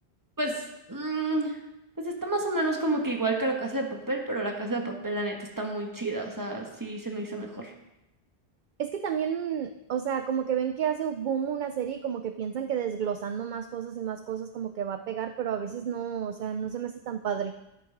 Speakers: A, on the right; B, on the right.
A: Pues, mm, pues está más o menos como que igual que la Casa de Papel, pero la Casa de Papel, la neta, está muy chida, o sea, sí se me hizo mejor.
B: es que también, o sea, como que ven que hace boom una serie y como que piensan que desglosando más cosas y más cosas como que va a pegar, pero a veces no, o sea, no se me hace tan padre.